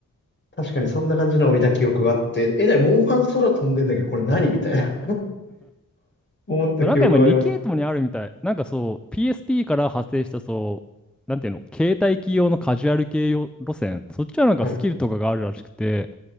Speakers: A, on the left (about 35°); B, in the centre.
A: 確かにそんな感じのを見た記憶があって、え、だモンハン空飛んでんだけど、これ何みたいな <laughs> 思った記憶はあります。
B: そうなんか今2系統にあるみたい。なんかそう、PSP から派生したそう、なんていうの、携帯機用のカジュアル系用路線。そっちはなんかスキルとかがあるらしくて、
A: はい、